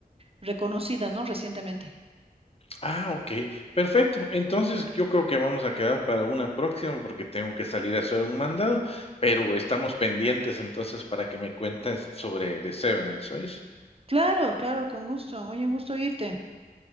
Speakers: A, on the right; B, on the left.
A: reconocida, ¿no? Recientemente.
B: Ah, okey, perfecto. Entonces, yo creo que vamos a quedar para una próxima, porque tengo que salir a hacer un mandado, pero estamos pendientes entonces para que me cuentes sobre The Severance, ¿oís?
A: Claro, claro, con gusto. Oye, un gusto irte.